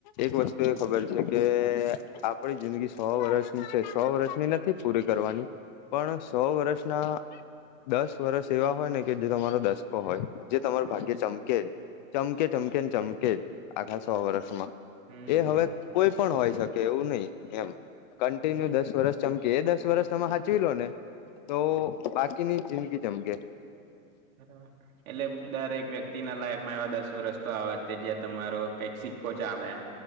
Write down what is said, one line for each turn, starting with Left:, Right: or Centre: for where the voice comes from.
Left: એક વસ્તુ એ ખબર છે કે આપડી જિંદગી સો વર્ષની છે સો વર્ષની નથી પૂરી કરવાની પણ સો વર્ષના દસ વર્ષ એવા હોય ને કે જે તમારો દસ હોય જે તમારું
Right: હમ
Left: ભાગ્ય ચમકે જ ચમકે ચમકે ને ચમકે જ આખા સો વર્ષમાં
Right: હમ
Left: એ હવે કોઈ પણ હોય શકે એવું નહી એમ. કન્ટિન્યુ દસ વર્ષ ચમકી એ દસ વર્ષ તમે સાચવી લો ને તો બાકીની જિંદગી જમગે.
Right: બરાબર એટલે દરેક વ્યક્તિ ના લાઈફ માં એવા દસ વર્ષ તો આ વાતે જ્યાં તમારો કક સિક્કો ચાલે એમ.